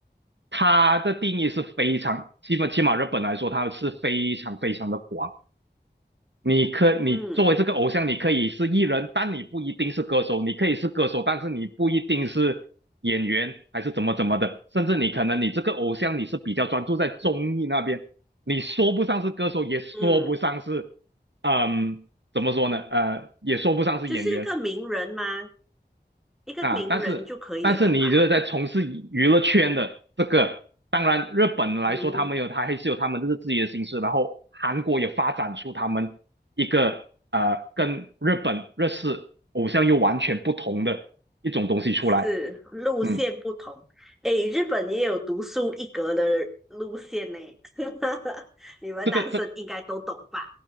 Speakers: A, on the right (about 75°); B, in the centre.
A: 他的定义是非常，基本起码日本来说，他是非常非常的广。你可你作为这个偶像，
B: 嗯
A: 你可以是艺人，但你不一定是歌手；你可以是歌手，但是你不一定是演员，还是怎么怎么的。甚至你可能你这个偶像你是比较专注在综艺那边，你说不上是歌手，也说不上是，
B: 嗯，
A: 嗯，怎么说呢？呃，也说不上是演员。
B: 就是一个名人吗？一个名人就可以了吧？
A: 啊，但是但是你觉得在从事娱乐圈的这个，当然日本来说，
B: 嗯，
A: 他们有他还是有他们这个自己的形式，然后韩国也发展出他们一个呃跟日本日式偶像又完全不同的一种东西出来，
B: 是路线不同。
A: 嗯，
B: 诶，日本也有独树一格的路线呢，<laughs> 你们男生应该都懂吧？
A: 这个这